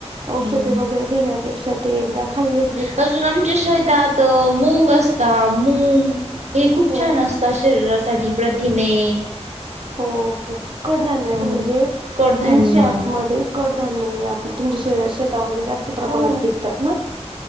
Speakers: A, on the right; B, on the right.
A: औषधे
B: हम्म.
A: वगैरे घेण्यापेक्षा ते एकदा खाल्ले
B: अजून आमच्या शेतात मूंग असत मूंग हे खूप
A: हो
B: छान असत. शरीरासाठी प्रथिने
A: हो हो कडधान्य
B: हो
A: म्हणजे
B: कडधान्य
A: इंशॉट मध्ये कडधान्य आपले तुमच्या शेतामध्ये जास्त प्रमाणात
B: हो
A: पिकतात ना.